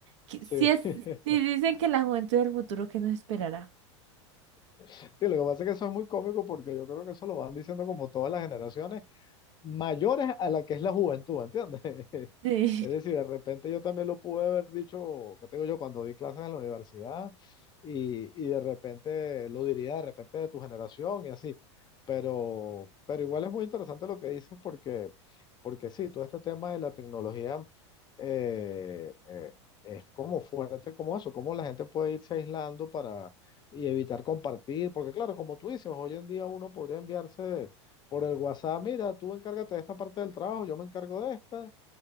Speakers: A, on the right; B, on the left.
A: que-
B: Sí.
A: si es,
B: <laughs>
A: si dicen que la juventud del futuro, ¿qué nos esperará?
B: Sí, lo que pasa es que eso es muy cómico porque yo creo que eso lo van diciendo como todas las generaciones mayores a la que es la juventud, ¿entiendes? <laughs>
A: <laughs>
B: Es
A: Sí.
B: decir, de repente yo también lo pude haber dicho, ¿qué tengo yo? Cuando di clases en la universidad y, y de repente lo diría de repente de tu generación y así. Pero, pero igual es muy interesante lo que dices porque, porque sí, todo este tema de la tecnología eh, eh, es como fuerte como eso, como la gente puede irse aislando para y evitar compartir, porque claro, como tú dices, hoy en día uno podría enviarse por el WhatsApp, mira, tú encárgate de esta parte del trabajo, yo me encargo de esta,